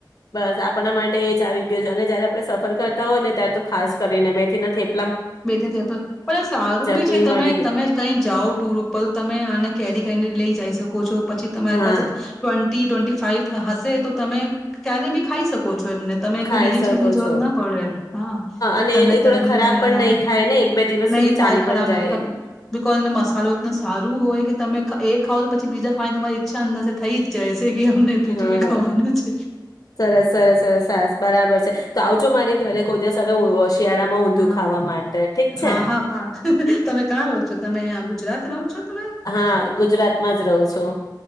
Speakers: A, on the left (about 50°); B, in the centre.
A: બસ આપણા માટે એ જ આવી ગયું છે અને જયારે આપણે સફર કરતા હોય ને ત્યારે તો ખાસ કરીને મેંથી ના થેપ
B: બે ત થ તો પણ સારું બી
A: ચકલી
B: છે તમે
A: મળી ગયા
B: તમે કઈ જાઓ ટુર ઉપર તમે આને કેરી કરીને લઈ જઈ શકો છો પછી તમારી
A: હા
B: પાસે ટવે ટી ટ્વેન્ટી ફાઈવ હશે તો તમે ક્યારે બી ખાઈ શકો છો. તો એમને તમે
A: ખાઈ
B: બીજી
A: શકો
B: ચીજ ની જરૂર
A: છો
B: ના પડે હા
A: અને
B: તમને
A: એ
B: દહી
A: થોડા ખરાબ
B: વગેરા
A: પણ નહી થાય ને એક બે દિવસ
B: નહી
A: સુધી
B: થાય
A: ચાલી
B: ખરાબ
A: પણ
B: નહ
A: જાય
B: બિકોઝ એનો મસાલો એટલો સારું હોય કે તમે એ એ ખાવ તો પછીજાવાની તમારી ઈચ્છ અંદર સે થઈ જાય છે. કે અમને બીજું
A: હા
B: બી ખાવાનું છે.
A: સરસ સરસ સરસ સરસ બરાબર છે. તો આવજો મારી ઘરે કોઈ દિવસ હવે હોશ શિયાળામાં ઊંધિું
B: હા
A: ખાવા માટે ઠીક છે,
B: હા હા પણ તમે કાં રહો છો તમે આ ગુજરાત રહો છો તમે
A: હા ગુજરાતમાં જ રહું છું.